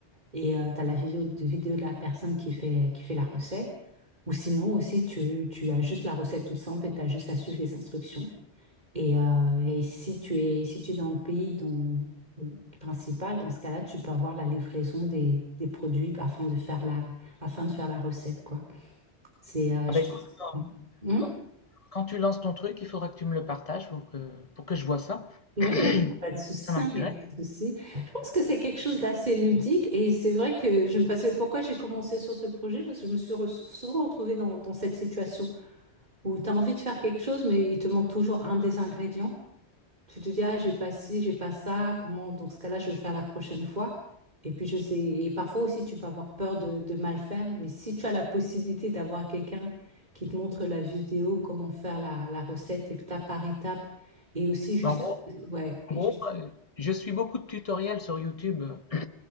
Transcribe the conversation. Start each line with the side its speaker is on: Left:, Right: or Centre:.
Right: et euh, tu as la vidéo de, vidéo de la personne qui fait, qui fait la recette. Ou sinon aussi, tu, tu as juste la recette toute simple et tu as juste à suivre les instructions. Et, euh, et si tu es, si tu es dans le pays dont, principal, dans ce cas-là, tu peux avoir la livraison des, des produits afin de faire la, afin de faire la recette, quoi. C'est, euh,
Left: Ah
Right: je
Left: bah écoute,
Right: pense.
Left: quand,
Right: Hmm
Left: quand- quand tu lances ton truc, il faudra que tu me le partages pour que, pour que je vois ça.
Right: Ouais,
Left: <coughs>
Right: non, il n'y a pas de souci,
Left: Ça m'intéresse.
Right: hein, il n'y a pas de souci. Je pense que c'est quelque chose d'assez ludique et c'est vrai que je, parce que pourquoi j'ai commencé sur ce projet, parce que je me suis re- souvent retrouvée dans, dans cette situation où tu as envie de faire quelque chose, mais il te manque toujours un des ingrédients. Tu te dis, ah, j'ai pas ci, j'ai pas ça, comment, dans ce cas-là, je vais le faire la prochaine fois. Et puis, je sais, et parfois aussi, tu peux avoir peur de, de mal faire, mais si tu as la possibilité d'avoir quelqu'un qui te montre la vidéo, comment faire la, la recette étape par étape, et aussi juste
Left: Mais En gros,
Right: la, ouais, et
Left: en gros,
Right: juste
Left: euh, je suis beaucoup de tutoriels sur YouTube euh,